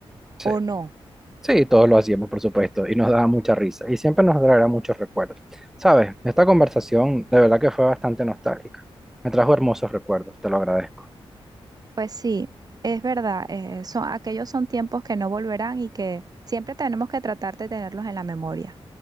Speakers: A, on the right; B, in the centre.
A: ¿o
B: Sí.
A: no?
B: Sí, todos lo hacíamos, por supuesto, y nos daba mucha risa, y siempre nos traerá muchos recuerdos. Sabes, esta conversación de verdad que fue bastante nostálgica. Me trajo hermosos recuerdos, te lo agradezco.
A: Pues sí, es verdad, eh, son, aquellos son tiempos que no volverán y que siempre tenemos que tratar de tenerlos en la memoria.